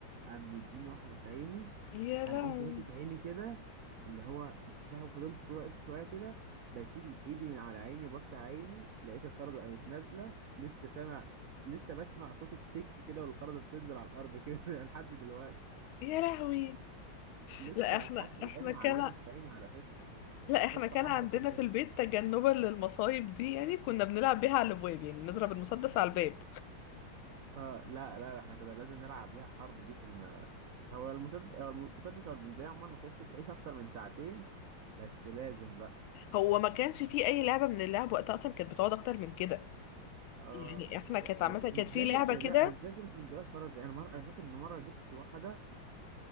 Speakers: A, on the right (about 75°); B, on the left (about 80°).
A: قام مديني واحده في عيني
B: يا لهوي
A: انا قمت ماسك عيني كده اللي هو مسكتها وفضلت واقف شويه كده بشيل ايدي من على عيني وبفتح عيني لقيت الخرزه قامت نازله لسه سامع لسه بسمع صوت التك كده والخرزه بتنزل على الارض كده <laughs> لحد دلوقتي
B: يا لهوي
A: لسه
B: لا احنا
A: حتى الان
B: احنا
A: معلمه
B: كان
A: في عيني على فكره
B: لا
A: حته
B: احنا كان
A: حمرا
B: عندنا
A: كده
B: في البيت تجنبا للمصايب دي يعني كنا بنلعب بيها على الابواب يعني نضرب المسدس على الباب
A: اه لا لا لا، احنا كده لازم نلعب بيها حرب دي كنا هو المسدس هو المسدس او البندقية عموما ما كانتش بتعيش اكتر من ساعتين بس لازم بقى
B: هو ما كانش فيه اي لعبه من اللعب وقتها اصلا كانت بتقعد اكتر من كده
A: اه
B: يعني احنا
A: يعني
B: كانت عامه
A: بالذات
B: كانت في لعبه
A: ال...
B: كده
A: لا بالذات البندقية الفرزي انا مرة انا فاكر ان مرة جبت واحدة